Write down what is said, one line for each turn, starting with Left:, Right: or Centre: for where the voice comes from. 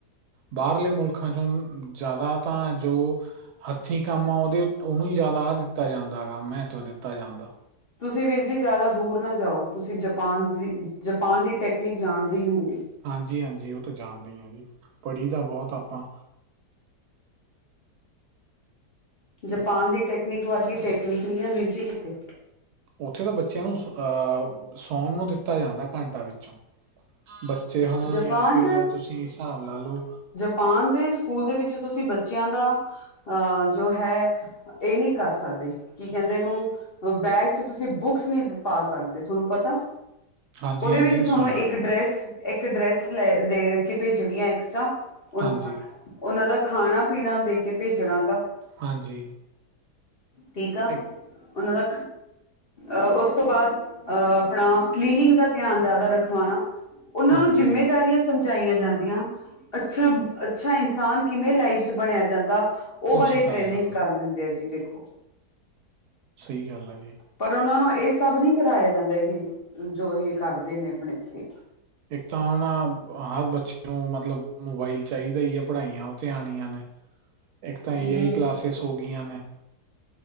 Right: ਬਾਹਰਲੇ ਮੁਲਕਾਂ ਚੋਂ ਜ਼ਿਆਦਾ ਤਾਂ ਜੋ ਹੱਥੀਂ ਕੰਮ ਆ ਉਹਦੇ ਉਹਨੂੰ ਹੀ ਜ਼ਿਆਦਾ ਆਹ ਦਿੱਤਾ ਜਾਂਦਾ ਹੈਗਾ ਮਹੱਤਵ ਦਿੱਤਾ ਜਾਂਦਾ।
Left: ਤੁਸੀਂ ਵੀਰ ਜੀ ਜ਼ਿਆਦਾ ਦੂਰ ਨਾ ਜਾਓ ਤੁਸੀਂ ਜਪਾਨ ਦੀ ਜਪਾਨ ਦੀ ਟੈਕਨੀਕ ਜਾਣਦੇ ਹੋਗੇ
Right: ਹਾਂਜੀ-ਹਾਂਜੀ ਉਹ ਤਾਂ ਜਾਣਦੇ ਹਾਂ ਹੀ ਆ ਪੜ੍ਹੀ ਦਾ ਬਹੁਤ ਆਪਾਂ
Left: ਜਪਾਨ ਦੀ ਟੈਕਨੀਕ ਵਰਗੀ ਟੈਕਨੀਕ ਨੀ ਆ ਵੀਰ ਜੀ ਕਿੱਥੇ
Right: ਉੱਥੇ ਤਾਂ ਬੱਚਿਆਂ ਨੂੰ ਅਹ ਸੌਣ ਨੂੰ ਦਿੱਤਾ ਜਾਂਦਾ ਘੰਟਾ ਵਿੱਚੋਂ ਬੱਚੇ ਹੋਣ
Left: ਜਪਾਨ
Right: ਜਾਂ ਫਿਰ ਤੁਸੀਂ ਹਿਸਾਬ ਲਾ ਲਓ।
Left: ਪਾਨ ਦੇ ਸਕੂਲ ਦੇ ਵਿੱਚ ਤੁਸੀਂ ਬੱਚਿਆਂ ਦਾ ਅ ਜੋ ਹੈ। ਇਹ ਨਹੀਂ ਕਰ ਸਕਦੇ ਕੀ ਕਹਿੰਦੇ ਇਹਨੂੰ ਬੈਗ 'ਚ ਤੁਸੀਂ ਬੁੱਕਸ ਨਹੀਂ ਪਾ ਸਕਦੇ ਥੋਨੂੰ ਪਤਾ
Right: ਹਾਂਜੀ
Left: ਉਹਦੇ
Right: ਹਾਂਜੀ
Left: ਵਿੱਚ ਥੋਨੂੰ
Right: ਸੁਣਿਆ
Left: ਇੱਕ
Right: ਹੋਇਆ
Left: ਡਰੈਸ
Right: ਮੈਂ
Left: ਇੱਕ ਡਰੈਸ ਲੈ ਦੇ ਕੇ ਭੇਜਣੀ ਆ ਐਕਸਟਰਾ <unintelligible> ਉਹਨਾਂ
Right: ਹਾਂਜੀ
Left: ਦਾ ਖਾਣਾ-ਪੀਣਾ ਦੇ ਕੇ ਭੇਜਣਾ ਗਾ।
Right: ਹਾਂਜੀ।
Left: ਟੀਕਾ ਆ
Right: ਇੱਕ
Left: ਉਹਨਾਂ ਦਾ ਅਹ ਉਸ ਤੋਂ ਬਾਅਦ ਅਹ ਆਪਣਾ ਕਲੀਨਿੰਗ ਦਾ ਧਿਆਨ ਜ਼ਿਆਦਾ ਰਖਵਾਣਾ। ਉਹਨਾਂ
Right: ਹਾਂਜੀ
Left: ਨੂੰ ਜਿੰਮੇਦਾਰੀਆਂ ਸਮਝਾਈਆਂ ਜਾਂਦੀਆਂ ਅੱਛਾ-ਅੱਛਾ ਇਨਸਾਨ ਕਿਵੇਂ ਲਾਈਫ਼ 'ਚ ਕਿਵੇਂ ਬਣਿਆ ਜਾਂਦਾ। ਉਹ ਬਾਰੇ
Right: ਸਿਖਾਇਆ
Left: ਟ੍ਰੇਨਿੰਗ
Right: ਜਾਂਦਾ
Left: ਕਰ ਦਿੰਦੇ ਆ ਜੀ ਦੇਖੋ।
Right: ਸਹੀ ਗੱਲ ਐ ਜੇ।
Left: ਪਰ ਉਹਨਾਂ ਨੂੰ ਇਹ ਸਭ ਨਹੀਂ ਕਰਾਇਆ ਜਾਂਦਾ ਇਹ ਜੋ ਇਹ ਕਰਦੇ ਨੇ ਆਪਣੇ ਇੱਥੇ
Right: ਇੱਕ ਤਾਂ ਹਨਾ ਹਰ ਬੱਚੇ ਨੂੰ ਮਤਲਬ ਮੋਬਾਈਲ ਚਾਹੀਦਾ ਹੀ ਆ। ਪੜ੍ਹਾਈਆਂ ਉਥੇ ਆਣੀਆਂ ਨੇ ਇੱਕ ਤਾਂ ਏ
Left: ਹਮ
Right: ਆਈ ਕਲਾਸਿਸ ਹੋ ਗਈਆਂ ਨੇ।